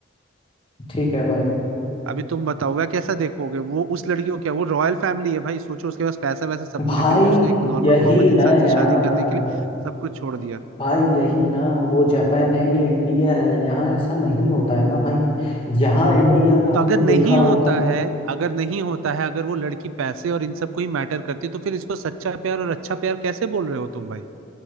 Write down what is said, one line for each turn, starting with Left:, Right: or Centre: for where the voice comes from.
Left: ठीक है भाई
Right: अभी तुम बताओ वह कैसा देखोगे वो उस लड़की को क्या वो रॉयल फैमिली है भाई सोचो उसके पास पैसा वैसा सब
Left: भाई
Right: कुछ है फिर भी उसने एक नॉर्मल
Left: यही
Right: कॉमन इंसान
Left: ना यार
Right: से शादी करने के लिए सब कुछ छोड़ दिया
Left: भाई यही ना वो जापान है ये इंडिया है यहाँ ऐसा नहीं होता है ना भाई यहाँ इंडिया में आपने
Right: तो अगर नहीं
Left: देखा होगा
Right: होता है अगर नहीं होता है अगर वो लड़की पैसे और इन सब को ही मैटर करती है तो फिर इसको सच्चा प्यार और अच्छा प्यार कैसे बोल रहे हो तुम भाई